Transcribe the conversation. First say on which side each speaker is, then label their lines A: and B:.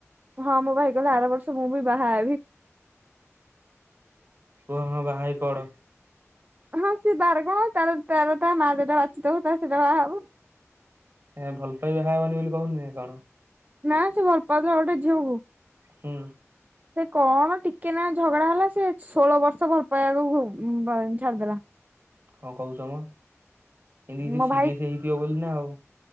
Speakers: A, on the right; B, on the right.
A: ହଁ ମୋ ଭାଇ କହିଲା ଆର ବର୍ଷ ମୁଁ ବି ବାହା ହେବି।
B: କୁହ ହଁ ବାହା ହେଇ ପଡ।
A: ହଁ ସିଏ ବାର କଣ ତାର ତାର ତା ମା ଯୋଉଟା ବାଛିଦବ ତାର ସେଇଟା ବାହା ହବ।
B: ଏ ଭଲ ପାଇ ବାହା ହବନି ବୋଲି କହୁନି ନା କଣ?
A: ନା ସେ ଭଲ ପାଉଥିଲା ଗୋଟେ ଝିଅକୁ।
B: ହୁଁ।
A: ସେ କଣ ଟିକେ ନାକୁ ଝଗଡା ହେଲା ସେ ଷୋଳ ବର୍ଷ ଭଲ ପାଇବାକୁ ବୁ ଛାଡିଦେଲା।
B: କଣ କହୁଛ ମ, ଏମତି କିଛି
A: ମୋ
B: ସିରିଏସ
A: ଭାଇ
B: ହେଇଥିବ ବୋଲି ନା ଆଉ।